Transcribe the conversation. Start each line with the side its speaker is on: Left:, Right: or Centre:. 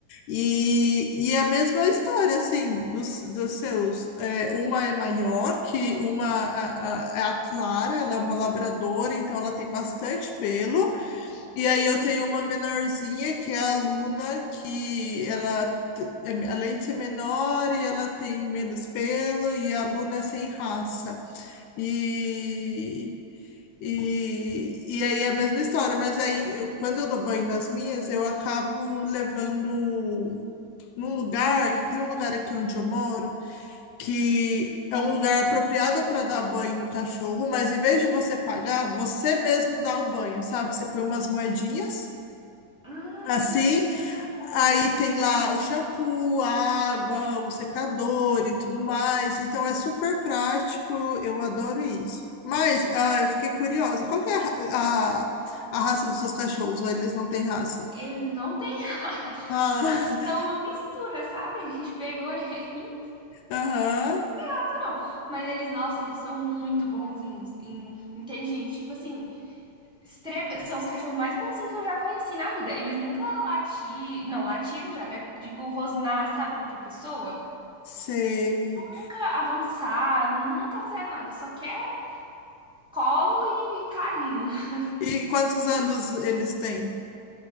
Left: E, e a mesma história, assim, dos, dos seus. É, uma é maior, que uma a- a- é a Clara, ela é uma labradora, então ela tem bastante pelo. E aí eu
Centre: sim.
Left: tenho uma menorzinha que é a Luna, que ela, t- é- além de ser menor, e ela tem menos pelo, e a Luna é sem raça. E, e, e aí é a mesma história, mas aí eu- quando eu dou banho nas minhas, eu acabo levando num lugar, tem um lugar aqui onde eu moro, que é um lugar apropriado para dar banho no cachorro, mas em vez de você pagar, você mesmo dá o banho, sabe? Você põe umas moedinhas.
Centre: Ah,
Left: Assim,
Centre: que legal.
Left: aí tem lá o shampoo, a água, o secador e tudo mais. Então é super prático, eu adoro isso. Mas ah, eu fiquei curiosa, qual que é a, ra- a, a raça dos seus cachorros? Ou eles não têm raça?
Centre: Ele não tem raça.
Left: Ah, <laughs>
Centre: É uma mistura, sabe? A gente pegou ele.
Left: aham,
Centre: Raça não. Mas eles, nossa, eles são muito bonzinhos, e inteligentes. Tipo assim. Extrem- São os cachorros mais bonzinhos que eu já conheci na vida. Eles nunca latiram. Não, latiram já, né? Digo, rosnar, sabe, pra pessoa.
Left: sei.
Centre: Nunca avançaram, nunca fizeram nada. Só quer colo e carinho. <laughs>
Left: E quantos anos eles têm?